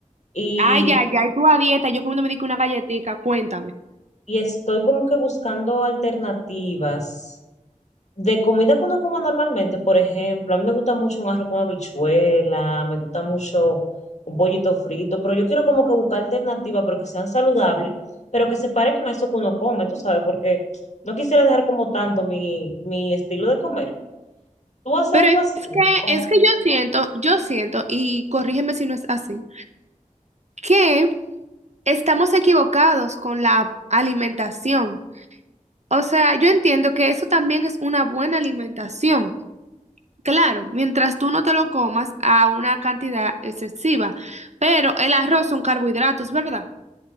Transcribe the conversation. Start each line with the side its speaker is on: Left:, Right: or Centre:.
Left: y,
Right: Ay, ay, ay, tú a dieta, yo comiéndome digo una galletita, cuéntame.
Left: y estoy como que buscando alternativas de comida que uno coma normalmente. Por ejemplo, a mí me gusta mucho un arroz con habichuela, me gusta mucho un pollito frito, pero yo quiero como que buscar alternativas, pero que sean saludables, pero que se parezcan a eso que uno come, tú sabes, porque no quisiera dejar como tanto mi, mi estilo de comer. ¿Tú haces
Right: Pero
Left: algo
Right: es
Left: así?
Right: que,
Left: Como
Right: es que yo siento, yo siento, y corrígeme si no es así, que estamos equivocados con la alimentación. O sea, yo entiendo que eso también es una buena alimentación. Claro, mientras tú no te lo comas a una cantidad excesiva, pero el arroz son carbohidratos, ¿verdad?